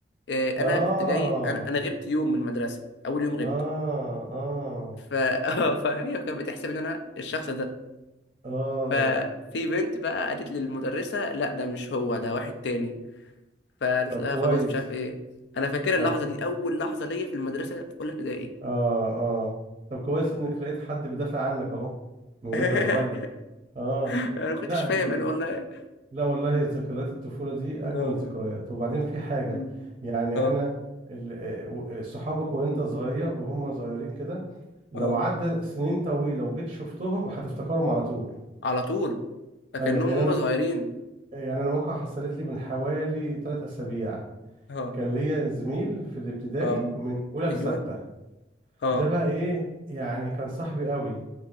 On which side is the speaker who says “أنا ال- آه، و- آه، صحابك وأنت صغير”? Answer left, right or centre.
Right